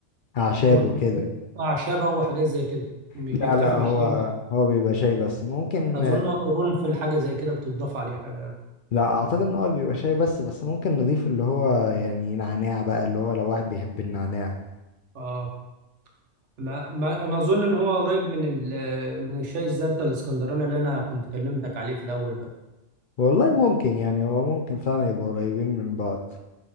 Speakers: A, on the left; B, on the right.
A: أعشابه
B: أر-
A: كده
B: أعشابة وحاجات زي كده مش
A: لا
B: بيكتفي
A: لا هو
B: بالشاي نفسه
A: هو بيبقى شاي بس ممكن
B: أظن قرنفل حاجة زي كده بتضاف عليه حاجة يعني.
A: لا اعتقد ان هو بيبقى شاي بس بس ممكن نضيف اللي هو يعني نعناع بقى اللي هو لو واحد بيحب النعناع
B: اه ما ما أنا أظن إن هو قريب من ال- من الشاي الزردة الإسكندراني اللي أنا كنت كلمتك عليه في الأول بقى
A: والله ممكن يعني هو ممكن فعلا يبقوا قريبين من بعض